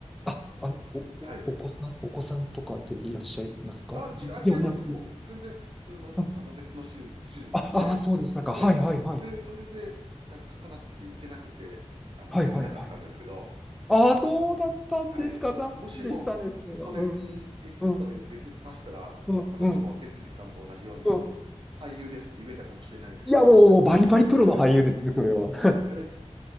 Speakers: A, in the centre; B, on the right.
A: あ、あの、お、
B: はい。
A: お、お子さん、お子さんとかでいらっしゃいますかではなく。
B: あ、ち、あ、違います。もう、全然、普通の、
A: あ、
B: あの、別の手術、手術で、
A: あ、あそうでしたか。
B: で、
A: はいはいはい。
B: で、それで、あの、重なっていけなくて、あの、
A: はいはいはい。
B: 出れなかったんですけど、
A: ああ、そうだったんですか。
B: はい。
A: 残念でしたね、
B: もしも、
A: それは。
B: それにエキストラで出てましたら、
A: うん、うん、うん、
B: 私も哲司さんと同じように、
A: うん、うん。
B: 俳優ですって言えたかもしれないです。
A: いや、もう、もうバリバリプロの俳優ですね、
B: <laughs> は
A: それは。
B: い。